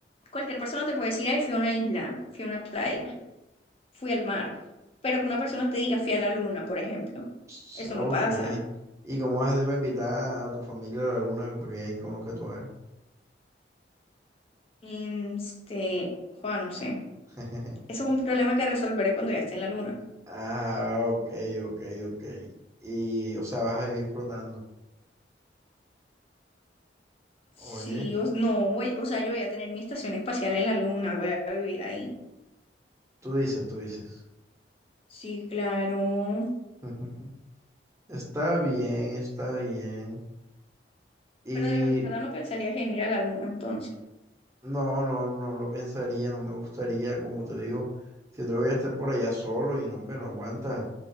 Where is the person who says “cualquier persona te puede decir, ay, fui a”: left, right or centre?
Left